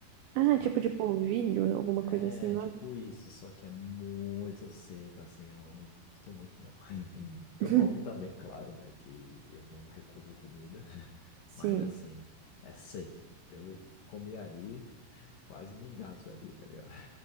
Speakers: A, on the right; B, on the left.
A: Ah,
B: Sei lá.
A: tipo de polvilho, alguma
B: É,
A: coisa assim, não
B: tipo
A: é?
B: isso, só que é muito seco, assim, eu não curto muito, não. <laughs> Eu
A: <laughs>
B: como também, claro, né, que eu não recuso comida, <laughs>
A: Sim.
B: mas assim, é seco. Eu comi ali, quase me engasgo ali, tá ligado?